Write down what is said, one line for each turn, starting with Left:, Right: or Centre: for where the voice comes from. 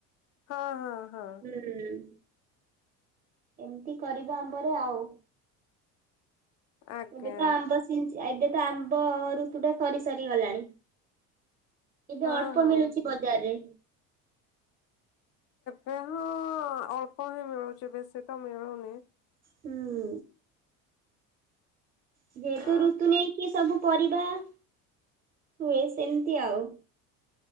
Left: ହଁ ହଁ ହଁ।
Right: ହୁଁ ଏମିତି କରିବା ଆମ୍ବରେ ଆଉ।
Left: ଆଜ୍ଞା
Right: ଏବେ ତ ଆମ୍ବ ସିଜି ଆବେ ତ ଆମ୍ବ ଋତୁ ଟା ସରି ସରି ଗଲାଣି। ଏବେ
Left: ହଁ
Right: ଅଳ୍ପ
Left: ହଁ।
Right: ମିଳୁଚି ବଜାରେ।
Left: ହଁ ହଁ ଅଳ୍ପ ହିଁ ମିଳୁଚି ବେଶୀ ତ ମିଳୁନି।
Right: ହୁଁ। ଯେହେତୁ
Left: ଅ
Right: ଋତୁ ନେଇକି ସବୁ ପରିବା ହୁଏ ସେମିତି ଆଉ।